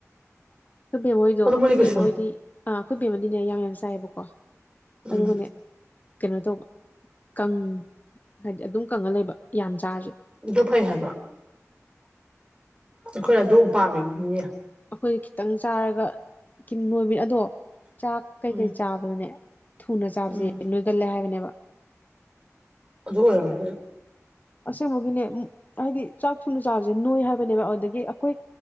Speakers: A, on the left; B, on the right.
A: ꯑꯩꯈꯣꯏ ꯕꯦꯝꯃꯍꯣꯏꯗꯣ
B: ꯑꯗꯨ
A: ꯑꯩꯈꯣꯏ
B: ꯃꯣꯏꯗꯤ ꯀꯩꯁꯨ
A: ꯕꯦꯝꯃ ꯍꯣꯏꯗꯤ ꯑꯥ ꯑꯩꯈꯣꯏ ꯕꯦꯝꯃ ꯗꯤꯅꯦ ꯌꯥꯝ ꯌꯥꯝꯅ ꯆꯥꯏꯌꯦꯕꯀꯣ
B: ꯎꯝ
A: ꯑꯗꯨꯒꯅꯦ ꯀꯩꯅꯣ ꯇꯧꯕ ꯀꯪ ꯍꯥꯏꯗꯤ ꯑꯗꯨꯝ ꯀꯪꯉ ꯂꯩꯕ ꯌꯥꯝ ꯆꯥꯔꯁꯨ
B: ꯑꯗꯨ ꯐꯩ ꯍꯥꯏꯕ ꯑꯩꯈꯣꯏꯅ ꯑꯗꯨ ꯄꯥꯝꯃꯤꯕꯅꯤꯅꯦ
A: ꯑꯩꯈꯣꯏ ꯈꯤꯇꯪ ꯆꯥꯔꯒ ꯀꯤꯟ ꯅꯣꯏꯕꯤ ꯑꯗꯣ ꯆꯥꯛ ꯀꯩꯀꯩ
B: ꯎꯝ
A: ꯆꯥꯕꯅꯦ ꯊꯨꯅ ꯆꯥꯕꯁꯦ
B: ꯎꯝ
A: ꯅꯣꯏꯒꯜꯂꯦ ꯍꯥꯏꯕꯅꯦꯕ
B: ꯑꯗꯨ ꯑꯣꯏꯔꯝꯃꯅꯤ
A: ꯑꯁꯦꯡꯕꯒꯤꯅꯦ ꯍꯥꯏꯗꯤ ꯆꯥꯛ ꯊꯨꯅ ꯆꯥꯕꯁꯦ ꯅꯣꯏ ꯍꯥꯏꯕꯅꯦꯕ ꯑꯗꯨꯗꯒꯤ ꯑꯩꯈꯣꯏ